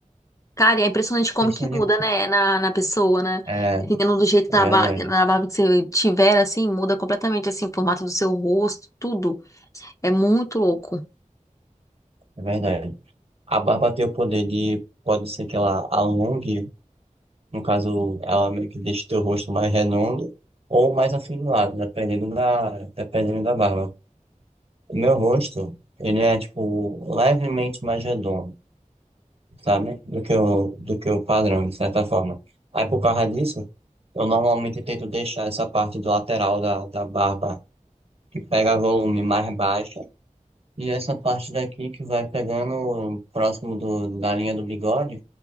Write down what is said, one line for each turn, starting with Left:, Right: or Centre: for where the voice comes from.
Left: Cara, e é impressionante como
Right: questão
Left: que
Right: de.
Left: muda, né? Na, na pessoa, né?
Right: É,
Left: Dependendo do jeito
Right: é
Left: da
Right: verdade.
Left: barba, na barba que você tiver, assim, muda completamente, assim, o formato do seu rosto, tudo. É muito louco.
Right: É verdade. A barba tem o poder de, pode ser que ela alongue, no caso, ela meio que deixe teu rosto mais redondo ou mais afinado, dependendo da, dependendo da barba. O meu rosto, ele é, tipo, levemente mais redondo, sabe? Do que o, do que o padrão, de certa forma. Aí, por causa disso, eu normalmente tento deixar essa parte do lateral da, da barba, que pega volume mais baixa, e essa parte daqui que vai pegando próximo do, da linha do bigode,